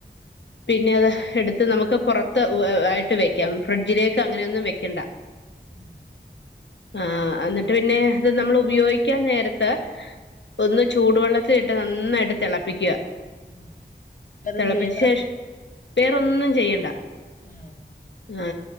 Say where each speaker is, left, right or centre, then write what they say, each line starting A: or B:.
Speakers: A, on the left; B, on the left.
A: പിന്നെ അത് എടുത്ത് നമുക്ക് പുറത്ത് ആയിട്ട് വെക്കാം ഫ്രിഡ്ജിലേക്ക് അങ്ങനെയൊ ന്നും വെക്കെണ്ട.
B: ഉം,
A: ആ് എന്നിട്ട് പിന്നെ ഇത് നമ്മൾ ഉപയോഗിക്കാൻ നേരത്ത് ഒന്ന് ചൂടുവെള്ളത്തിലിട്ട് നന്നായിട്ട് തിളപ്പിക്കുക.
B: ഉം. വേറൊന്നും
A: തിളപ്പിച്ച്
B: ചെയ്യണ്ട
A: ശേഷ് വേറൊന്നും ചെയ്യണ്ട
B: ആ
A: ആ